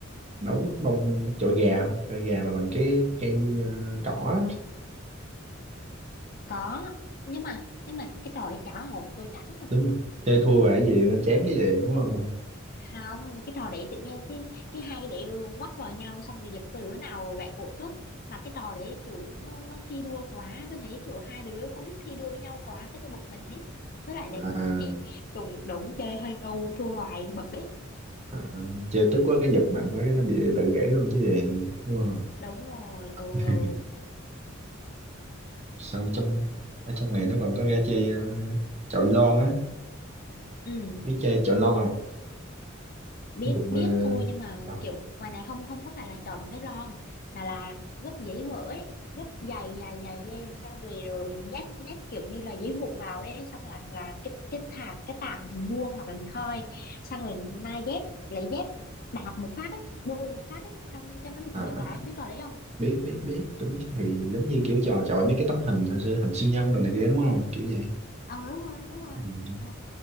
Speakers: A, on the right; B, on the left.
A: nấu bông chọi gà không chọi gà mà bằng cái cây ờ, cỏ á.
B: có nhưng mà nhưng mà cái trò đấy cá hồn tôi chả thích
A: đúng không? chơi thua về cái gì nên chán cái gì đúng không
B: không cái trò đấy tự nhiên cái cái hai cái đấy quắc vào nhau xong rồi giật cái đứa nào gãy cổ trước mà cái trò đấy kiểu nó nó thi đua quá tôi thấy kiểu hai đứa con nít thi đua với nhau quá cái tôi bực mình ý với lại để
A: à,
B: <laughs> cùng đống chơi hơi ngu thua hoài bực đấy
A: à, chơi tức quá cái giật mạnh quá cái nó bị tự gãy luôn chứ gì đúng không
B: đúng rồi ừ
A: <laughs>
B: ừ
A: sau trong ở trong này nó còn có gã
B: ừ
A: chơi ờ, chọi lon á
B: ừ
A: biết chơi chọi lon không
B: biết
A: dùng
B: biết thôi nhưng mà
A: ờ, à,
B: kiểu ngoài này không không có phải là chọi bằng cái ron mà là gấp giấy vỡ gấp dày dày dày lên xong rồi rồi nhét nhét kiểu như là giấy vụn vào ấy xong là là cái cái thả cái tảng hình vuông hoặc là hình thoi xong rồi nai dép lấy dép đạp một phát ấy bôi một phát ấy xong cho nó lật
A: à,
B: ngược lại biết trò đấy không
A: biết biết biết tôi biết thì giống như kiểu trò chọi mấy cái tấm hình hồi xưa hình siêu nhân đồ này kia đúng không kiểu vậy
B: ờ đúng rồi đúng rồi
A: Ừ.
B: ờ